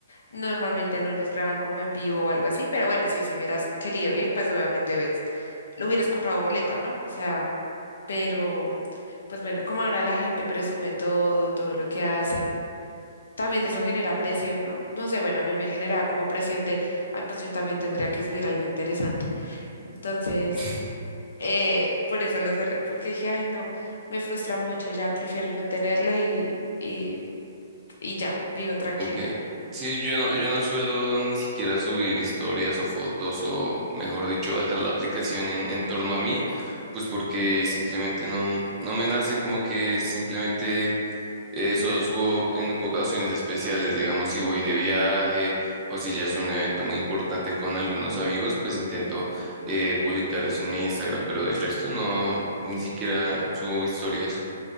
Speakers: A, on the left (about 80°); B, on the right (about 15°).
A: normalmente no los graban como en vivo o algo así, pero bueno, sí, si hubieras querido ir, pues obviamente ves, lo hubieras comprado boleta, ¿no? O sea, pero pues bueno, como ahora la gente presume todo, todo lo que hace. También eso genera presión, ¿no? No sé, bueno, a mí me generaba como presión de, ay, pues yo también tendría que subir algo interesante. Entonces,
B: <laughs>
A: eh, por eso lo cerré, porque dije, ay, no, me frustra mucho, ya prefiero no tenerlo y, y, y ya, vivo tranquila.
B: Ok. Sí, yo no, yo no suelo ni siquiera subir historias o fotos o, mejor dicho, basar la aplicación en, en torno a mí, pues porque simplemente no, no me nace como que simplemente eh, solo subo en ocasiones especiales, digamos, si voy de viaje o si ya es un evento muy importante con algunos amigos, pues intento eh, publicar eso en mi Instagram, pero del resto no, ni siquiera subo historias